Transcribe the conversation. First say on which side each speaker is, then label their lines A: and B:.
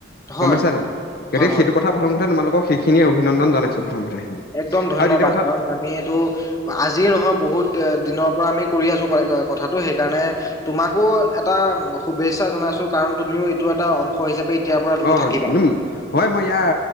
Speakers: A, on the left; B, on the left.
A: হয়
B: গম পাইছা নাই
A: হয়
B: গতিকে
A: হয়।
B: সেইটো কথা প্ৰথম কথা তোমালোকক সেইখিনিয়ে অভিনন্দন জনাইছো প্ৰথম কথাখিনি
A: একদম ধন্যবাদ
B: আৰু দ্বিতীয় কথাত
A: কাৰণ আমি এইটো আজি নহয় বহুত দি দিনৰ পৰা আমি কৰি আছোঁ কথাটো সেইকাৰণে তোমাকো এটা শুভেচ্ছা জনাইছো কাৰণ তুমিও এইটো এটা অংশ অংশ হিচাপে এতিয় পৰা তুমি
B: অ
A: থাকিবা
B: উম হয় মই ইয়াৰ